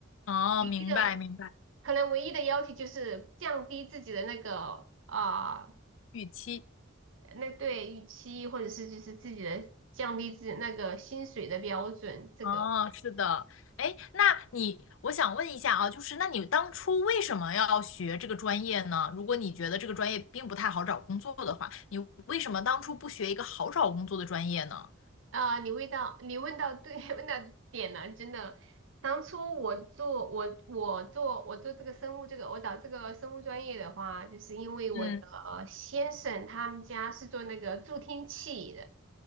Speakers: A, on the left; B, on the right.
A: 哦，
B: 唯一的
A: 明白明白，
B: 可能唯一的要求就是降低自己的那个啊、
A: 预期，
B: 那对预期，或者是就是自己的降低自己那个薪水的标准。这个
A: 哦，是的，哎，那你，我想问一下啊，就是那你当初为什么要学这个专业呢？如果你觉得这个专业并不太好找工作的话，你为什么当初不学一个好找工作的专业呢？
B: 啊、你问到你问到对 <laughs> 问到点了，真的。当初我做我我做我做这个生物这个我找这个生物专业的话，就是因为我的呃先生他们家是做那个助听器的。
A: 嗯